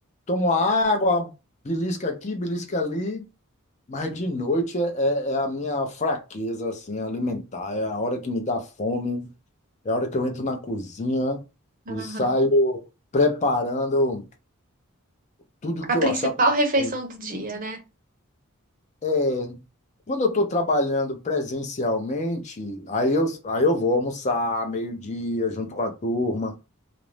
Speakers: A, on the left; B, on the right.
A: Tomo água, belisca aqui, belisca ali. Mas de noite é, é- é a minha fraqueza, assim, alimentar. É a hora que me dá fome. É a hora que eu entro na cozinha e
B: Aham.
A: saio preparando. tudo
B: A
A: que
B: principal
A: eu achar pela
B: refeição
A: frente.
B: do dia, né?
A: É, quando eu estou trabalhando presencialmente, aí eu, aí eu vou almoçar meio-dia junto com a turma.